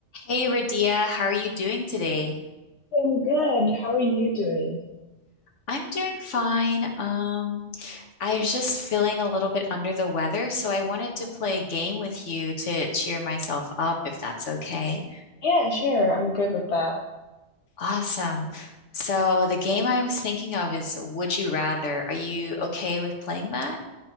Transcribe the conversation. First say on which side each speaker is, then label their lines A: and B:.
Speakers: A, on the left; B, on the left.
A: Hey Radia, how are you doing today?
B: I'm good. How are you doing?
A: I'm doing fine. Um, I was just feeling a little bit under the weather, so I wanted to play a game with you to cheer myself up, if that's okay.
B: Yeah, sure. I'm good with that.
A: Awesome. So the game I was thinking of is Would You Rather? Are you okay with playing that?